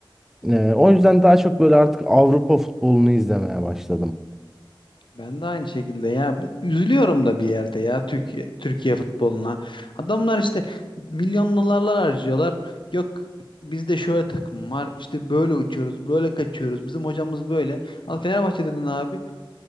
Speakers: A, in the centre; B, on the left.
A: Ee, o yüzden daha çok böyle artık Avrupa futbolunu izlemeye başladım.
B: Ben de aynı şekilde ya. Üzülüyorum da bir yerde ya Türkiye Türkiye futboluna. Adamlar işte milyon harcıyorlar. Yok bizde şöyle takım var. İşte böyle uçuyoruz, böyle kaçıyoruz. Bizim hocamız böyle. Al Fenerbahçe dedin abi.